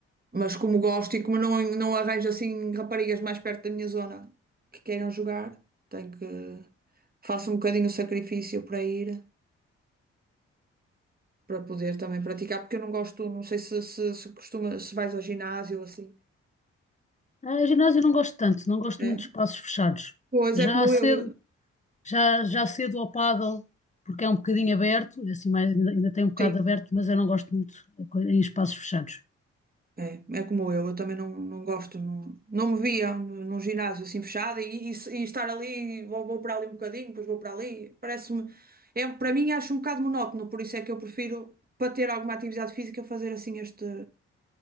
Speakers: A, on the right; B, on the left.
A: mas como gosto e como não, não arranjo assim raparigas mais perto da minha zona que queiram jogar, tenho que faço um bocadinho o sacrifício para ir, para poder também praticar, porque eu não gosto, não sei se, se, se costuma, se vais ao ginásio ou assim,
B: Ah, ginásio eu não gosto tanto, não gosto
A: né?
B: muito de espaços fechados.
A: Pois
B: Já
A: é como
B: há cedo.
A: eu, eu-
B: Já, já cedo ao pádel, porque é um bocadinho aberto, é assim, mais, ainda, ainda tem um bocado
A: sim.
B: aberto, mas eu não gosto muito de co- em espaços fechados.
A: É, é como eu, eu também não, não gosto, não, não me via no- num ginásio assim fechado e, e, e estar ali, vou, vou para ali um bocadinho, depois vou para ali, parece-me, é, para mim acho um bocado monótono, por isso é que eu prefiro, para ter alguma atividade física, fazer assim este,